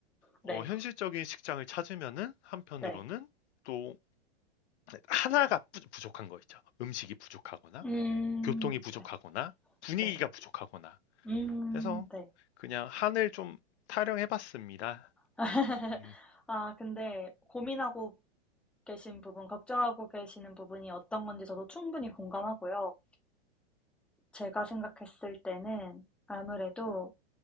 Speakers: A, on the left (about 80°); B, in the centre.
A: 어
B: 네.
A: 현실적인 식장을 찾으면은 한편으로는
B: 네.
A: 또 하나가 부 부족한 거 있죠. 음식이 부족하거나
B: 음,
A: 교통이 부족하거나
B: 네.
A: 분위기가
B: 네.
A: 부족하거나
B: 음,
A: 해서
B: 네.
A: 그냥 한을 좀 타령해 봤습니다.
B: <laughs>
A: 음.
B: 아, 근데 고민하고 계신 부분, 걱정하고 계시는 부분이 어떤 건지 저도 충분히 공감하고요. 제가 생각했을 때는 아무래도